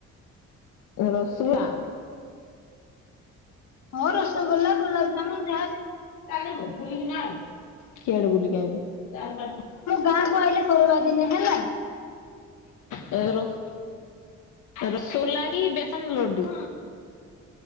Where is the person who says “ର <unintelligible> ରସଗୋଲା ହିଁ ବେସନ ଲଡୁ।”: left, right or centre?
Left